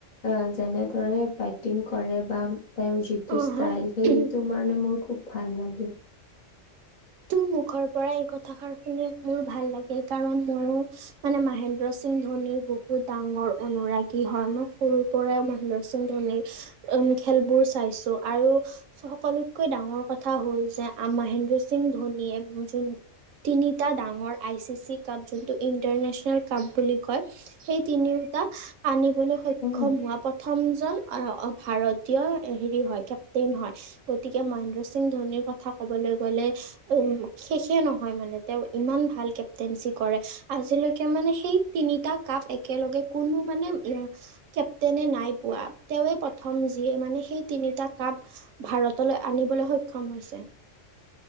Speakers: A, on the left; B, on the right.
A: আহ যেনেদৰে বেটিং কৰে বা তেওঁৰ যিটো
B: অ
A: ষ্টাইল
B: হয়।
A: সেইটো কাৰণে মোৰ খুব ভাল লাগে।
B: তোৰ মুখৰ পৰা এই কথাষাৰ শুনি মোৰ ভাল লাগিল। কাৰণ ময়ো মানে মহেন্দ্ৰ সিং ধোনিৰ বহুত ডাঙৰ অনুৰাগী হয়। মই সৰুৰ পৰাই মহেন্দ্ৰ সিং ধোনিৰ খেলবোৰ চাইছোঁ আৰু সকলোতকৈ ডাঙৰ কথা হ'ল যে আমা মহেন্দ্ৰ সিং ধনী এ যোন তিনিটা ডাঙৰ আই চি চি কাপ যোনটো ইণ্টাৰনেচনেল কাপ বুলি কয়। সেই তিনিও টা আনিবলৈ সক্ষম
A: উম
B: হোৱা প্ৰথমজন আহ অ ভাৰতীয় হেৰি হয় কেপ্তেইন হয়। গতিকে মহেন্দ্ৰ সিং ধোনিৰ কথা ক'বলে গ'লে উ শেষে নহয় মানে। তেওঁ ইমান ভাল কেপটেনঞ্চি কৰে আজিলৈকে মানে সেই টি তিনিতা কাপ একেলগে কোনো মানে কেপ্তেইনে নাই পোৱা। তেৱে প্ৰথম যি মানে সেই তিনিটা কাপ ভাৰতলৈ আনিবলৈ সক্ষম হৈছে।